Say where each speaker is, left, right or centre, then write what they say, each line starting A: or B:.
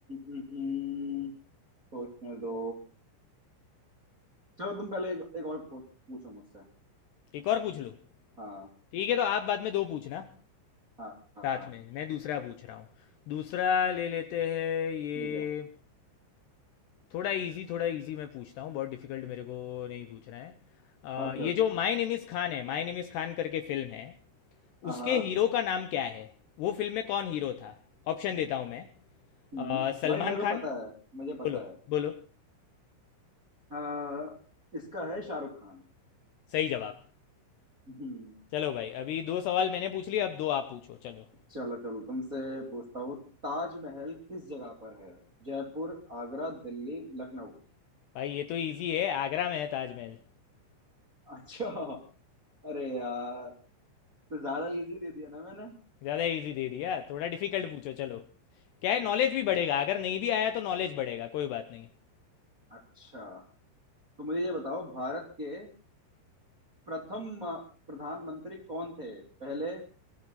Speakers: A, on the right; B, on the left.
A: उम, उम, सोचने दो चलो तुम पहले एक, एक और को- पूछो मुझसे
B: एक और पूछ लूँ
A: हाँ
B: ठीक है तो आप बाद में दो पूछना
A: हाँ हाँ
B: साथ
A: हाँ।
B: में मैं दूसरा पूछ रहा हूँ दूसरा ले लेते हैं ये
A: ठीक है
B: थोड़ा इजी थोड़ा इजी मैं पूछता हूँ बहुत डिफिकल्ट मेरे को नहीं पूछना है अ,
A: Okay
B: ये
A: okay
B: जो माय नेम इज़ खान है माय नेम इज़ खान करके फिल्म है
A: हाँ
B: उसके हीरो का नाम क्या है वो फिल्म में कौन हीरो था ऑप्शन देता हूँ मैं
A: हम्म
B: अ, सलमान
A: भाई मेरे को
B: खान
A: पता है मुझे पता
B: बोलो
A: है
B: बोलो
A: हाँ इसका है शाहरुख खान
B: सही जवाब
A: हम्म
B: चलो भाई अभी दो सवाल मैंने पूछ लिए अब दो आप पूछो चलो
A: चलो चलो तुमसे पूछता हूँ ताजमहल किस जगह पर है जयपुर आगरा दिल्ली लखनऊ
B: भाई ये तो इजी है आगरा में है ताजमहल
A: अच्छा अरे यार तो ज्यादा इजी दे दिया ना मैंने
B: ज़्यादा इजी दे दिया थोड़ा डिफिकल्ट पूछो चलो क्या है नॉलेज भी बढ़ेगा अगर नहीं भी आया तो नॉलेज बढ़ेगा कोई बात नहीं
A: अच्छा तो मुझे ये बताओ भारत के प्रथम अ, प्रधानमंत्री कौन थे पहले